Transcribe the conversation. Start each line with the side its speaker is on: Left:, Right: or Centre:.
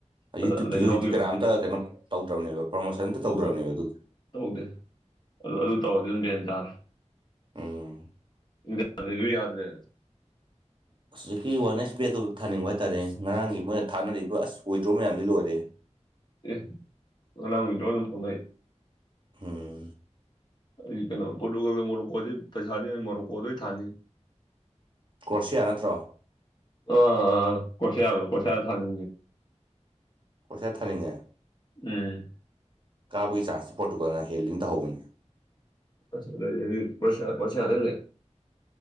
Right: ꯌꯨꯇꯌꯨꯕꯇꯁꯨ
Left: ꯑꯗ ꯑꯗ ꯌꯥꯎꯈꯤꯕ
Right: ꯍꯧꯖꯤꯛꯇꯤ ꯀꯅꯥꯝꯇ ꯀꯩꯅꯣ ꯇꯧꯗ꯭ꯔꯕꯅꯦꯕ ꯄ꯭ꯔꯣꯃꯣꯁꯟ ꯑꯝꯇ
Left: ꯇꯧꯗꯦ
Right: ꯇꯧꯗ꯭ꯔꯕꯅꯦꯕ ꯑꯗꯨꯒꯤ
Left: ꯇꯧꯗꯦ ꯑꯗꯨ ꯑꯗꯨ ꯇꯧꯔꯗꯤ ꯑꯗꯨꯝ ꯚꯦꯟ ꯆꯥꯔꯦ
Right: ꯎꯝ
Left: ꯌꯥꯗ꯭ꯔꯦꯁꯨ ꯌꯥꯗ꯭ꯔꯦ
Right: <unintelligible> <inaudible> ꯍꯧꯖꯤꯛꯀꯤ ꯋꯥꯟ ꯑꯦꯁ ꯕꯦꯛꯇꯣ ꯊꯥꯅꯤꯡꯕ ꯍꯥꯏꯇꯥꯥꯔꯦ ꯉꯔꯥꯡꯒꯤ ꯃꯣꯏꯅ ꯊꯥꯅꯔꯤꯕ ꯑꯁ ꯋꯤꯗ꯭ꯔꯣ ꯃꯌꯥꯝꯁꯤ ꯂꯣꯏꯔꯦ
Left: ꯑꯦ ꯑꯗꯨꯅꯥꯡ ꯃꯤꯗꯂ ꯑꯗꯨꯝ ꯐꯣꯉꯩ
Right: ꯎꯝ
Left: ꯑꯩ ꯀꯩꯅꯣ ꯄꯣꯔꯇꯨꯒꯗ ꯃꯔꯣꯔꯣꯛꯀꯣꯗꯩ ꯄꯩꯁꯥꯗꯤ ꯑꯩ ꯃꯔꯣꯔꯣꯛꯀꯣꯗꯩ ꯊꯥꯅꯤꯩ
Right: ꯀꯣꯔ꯭ꯔꯣꯁꯤꯌꯥ ꯅꯠꯇ꯭ꯔꯣ
Left: ꯑꯥ ꯑꯥ ꯀꯁꯕ ꯀꯁ ꯊꯥꯡ
Right: ꯀꯁꯌꯥ ꯊꯥꯉꯦ
Left: ꯎꯝ
Right: ꯀꯥꯕꯒꯤ ꯆꯥꯟꯁꯇ ꯄꯣꯠꯇꯨꯀꯗꯅ ꯍꯦꯜꯂꯤꯅ ꯇꯧꯍꯧꯕꯅꯤ
Left: ꯁ ꯄꯁ ꯄꯁ ꯍꯥꯏꯔ ꯂꯩ